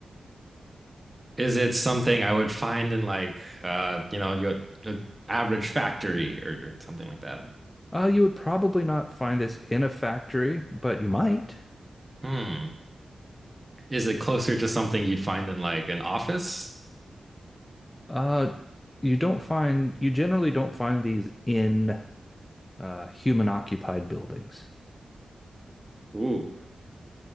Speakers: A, on the right; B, on the left.
A: Is it something I would find in like uh you know your, your average factory or, or something like that?
B: Uh, you would probably not find this in a factory, but you might.
A: Hmm. Is it closer to something you'd find in like an office?
B: Uh, you don't find, you generally don't find these in uh, human occupied buildings.
A: Ooh.